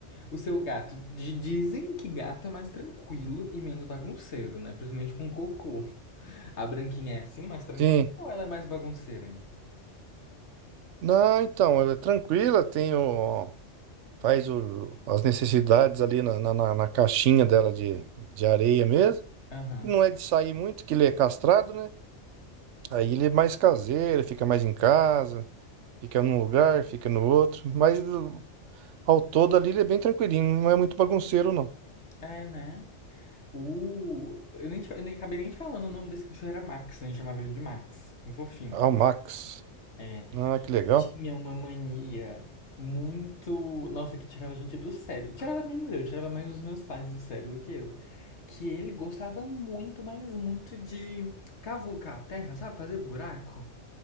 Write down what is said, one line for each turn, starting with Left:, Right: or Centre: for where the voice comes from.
Left: O seu gato. di- Dizem que gato é mais tranquilo e menos bagunceiro, né? Principalmente com cocô. A branquinha é assim, mais tranquila
Right: sim.
Left: ou ela é mais bagunceira? hein?
Right: Não, então, ela é tranquila, tem o, faz o, as necessidades ali na, na, na- na caixinha dela de, de areia mesmo.
Left: Aham.
Right: E não é de sair muito, que ele é castrado, né? Aí ele é mais caseiro, fica mais em casa. Fica num lugar, fica no outro. Mas uh, ao todo ali ele é bem tranquilinho, não é muito bagunceiro, não.
Left: É, né? O... Eu nem, te fa- eu nem acabei nem falando, o nome desse cachorro era Max, né? a gente chamava ele de Max, um fofinho.
Right: Ah, o Max.
Left: É,
Right: Ah,
Left: e
Right: que
Left: ele
Right: legal.
Left: tinha uma mania muito. Nossa, que tirava a gente do sério. Tirava menos eu, tirava mais os meus pais do sério do que eu. Que ele gostava muito, mas muito de cavucar a terra, sabe? Fazer buraco.